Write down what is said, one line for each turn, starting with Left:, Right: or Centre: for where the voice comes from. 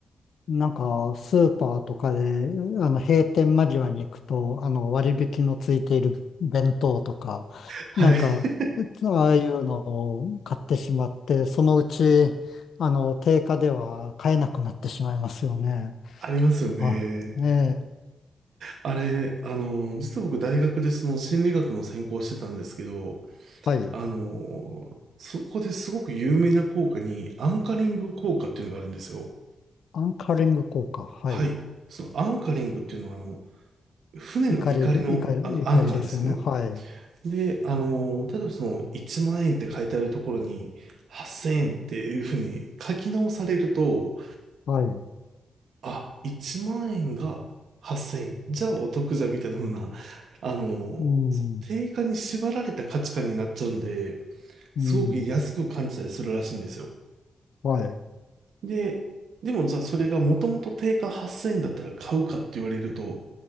Left: なんかスーパーとかで、あの、閉店間際に行くと、あの、割引のついている弁当とか、
Right: はい。
Left: なんか、
Right: <laughs>
Left: ああいうのを買ってしまって、そのうち、あの、定価では買えなくなってしまいますよね。
Right: ありますよね。
Left: はい。ええ、
Right: あれ、あの、実は僕大学でその心理学の専攻をしてたんですけど、
Left: はい。
Right: あの、そこですごく有名な効果にアンカリング効果っていうのがあるんですよ。
Left: アンカリング効果。はい。
Right: はい。そのアンカリングっていうのはあの、船の怒りの、
Left: 怒りで、怒り、
Right: あのアンカーですよね。
Left: 怒りですよね。はい。
Right: で、あの、例えばその1万円って書いてあるところに8000円っていうふうに書き直されると、
Left: はい。
Right: あ、1万円が8000円、じゃあお得じゃんみたいなふうな、あの、
Left: うん。
Right: 定価に縛られた価値観になっちゃうんで、
Left: うん。
Right: すごく安く感じたりするらしいんですよ。
Left: はい。
Right: で、でもじゃあそれがもともと定価8000円だったら買うかって言われると、